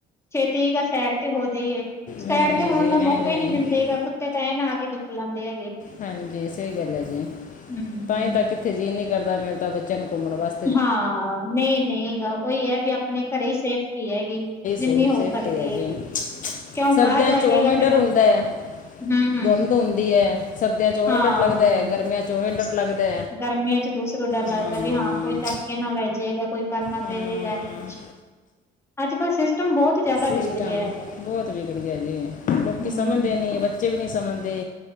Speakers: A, on the left; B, on the left.
A: ਛੇਤੀ ਆ ਸੈਡ ਤੇ ਹੋ ਜਾਈਏ, ਸੈਡ
B: ਨਹੀਂ ਨਹੀਂ
A: ਤੇ ਹੋਣ
B: ਜੀ
A: ਦਾ ਮੌਕਾ ਹੀ ਨਹੀਂ ਦਿੰਦੇ
B: ਜੀ
A: ਕੁੱਤੇ ਤਾਂ ਐਨ ਆ ਕੇ ਫਲਾਂਦੇ ਹੈਗੇ।
B: ਹਾਂਜੀ ਸਹੀ ਗੱਲ ਹੈ ਜੀ,
A: ਹੂੰ,
B: ਤਾਂਹੀ ਤਾਂ ਕਿੱਥੇ ਜੀ ਨਹੀਂ ਕਰਦਾ, ਮੇਰੇ ਤਾਂ ਬੱ ਜਨ ਘੁੰਮਣ ਵਸ
A: ਹਾਂ, ਨਹੀਂ-ਨਹੀਂ ਗਾ। ਉਹੀ ਐ ਵੀ ਆਪਣੇ ਘਰੇ ਈ ਸੇਫਟੀ ਹੈਗੀ। ਜਿੰਨੀ
B: ਸ
A: ਹੋ
B: ਸੇਫਟੀ
A: ਸਕਦੀ
B: ਹੈਗੀ,
A: ਕਿਉਂ
B: ਸਰਦੀਆਂ
A: ਬਾਹਰ ਜਾ
B: 'ਚ ਉਵੇਂ
A: ਕੇਗਾ
B: ਡਰ
A: ਫੇਰ
B: ਹੁੰਦਾ ਐ
A: ਹੂੰ-ਹੂੰ,
B: ਧੁੰਦ ਹੁੰਦੀ ਐ, ਸਰਦੀਆਂ 'ਚ ਉਵੇਂ
A: ਹਾਂ।
B: ਡੰਟ ਲੱਗਦਾ, ਗਰਮੀਆਂ 'ਚ ਉਵੇਂ ਡੰਟ ਲੱਗਦਾ
A: ਗਰਮੀਆਂ ਚ ਦੂਸਰੋ ਡਰ ਲੱਗਦਾ
B: ਹਮ,
A: ਵੀ ਹਾਂ ਕੋਈ ਚੱਕ ਕੇ ਨਾ ਲੈ ਜੇ ਜਾ ਕੋਈ ਕਰਨਾ
B: ਹਮ,
A: ਦੇਵੇਗਾ ਵੇ ਕੁਛ, ਅੱਜ- ਕੱਲ ਸਿਸਟਮ ਬਹੁਤ ਜ਼ਿਆਦਾ
B: ਸਿਸਟਮ
A: ਵਿਗੜ ਗਿਆ ਹੈਗਾ।
B: ਬਹੁਤ ਵਿਗੜ ਗਿਆ ਜੀ, ਲੋਕੀ
A: ਹੂੰ।
B: ਸਮਝਦੇ ਨੀ ਬੱਚੇ ਵੀ ਨੀ ਸਮਝਦੇ।